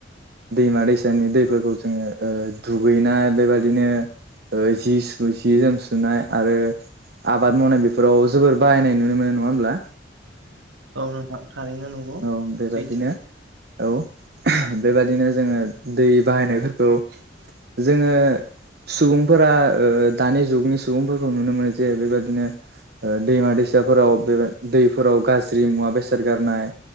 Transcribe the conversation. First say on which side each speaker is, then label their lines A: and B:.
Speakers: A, on the right; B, on the right.
A: दैमा दैसानि दैफोरखौ जोङो ओ दुगैनाय बेबादिनो ओ जि सु जि जोम सुनाय आरो आबाद मावनाय बेफोराव जोबोर बाहायनाय नुनो मोनो नङा होमब्ला
B: औ नोंथां थारैनो नंगौ
A: औ बेबादिनो
B: सैथो
A: औ बेबादिनो जोङो दै बाहायनायफोरखौ जोङो सुबुंफोरा ओ दानि जुगनि सुबुंफोरखौ नुनो मोनो जे बेबादिनो ओ दैमा दैसाफोराव बे दैफोराव गाज्रि मुवा बेसाद गारनाय